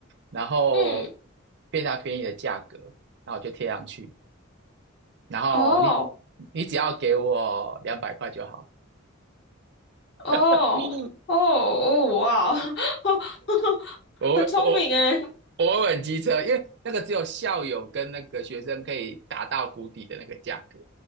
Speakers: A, on the right; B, on the left.
A: 然后
B: 嗯，
A: 非常便宜的价格，然后我就贴上去，然后你
B: 哦。
A: 你只要给我两百块就好，
B: 哦哦哦，
A: 嗯
B: 哇哦，<laughs>
A: 我我
B: 很聪明诶。
A: 我会很机车，因为那个只有校友跟那个学生可以打到谷底的那个价格。